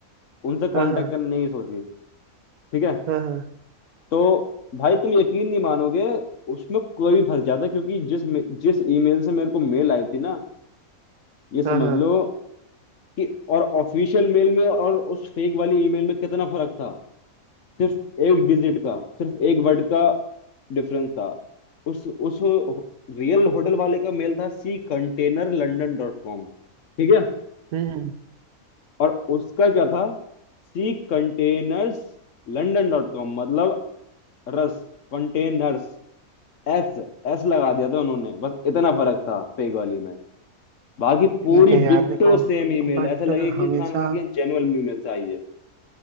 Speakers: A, on the left; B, on the right.
A: उनसे कांटेक्ट
B: हाँ हाँ
A: करने की सोची ठीक है
B: हाँ हाँ
A: तो भाई तुम यकीन नहीं मानोगे उसमें कोई भी फंस जाता क्योंकि जिस मे- जिस ईमेल से मेरे को मेल आई थी ना ये समझ
B: हाँ हाँ
A: लो कि और ऑफिशियल मेल में और उस फेक वाली ईमेल में कितना फर्क था सिर्फ एक डिजिट का सिर्फ एक वर्ड का डिफरेंस था उस उस रियल होटल वाले का मेल था C container London dot com ठीक है
B: हम्म हम्म,
A: और उसका क्या था C containers London dot com मतलब रस कंटेनर्स एस एस लगा दिया था उन्होंने बस इतना फर्क था फेक वाली में बाकी पूरी
B: ठीक है यार
A: डिट्टो
B: देखो
A: सेम ईमेल
B: बट
A: ऐसा लगे कि
B: हमेशा
A: इंसान हाँ कि जेन्युइन ईमेल से आई है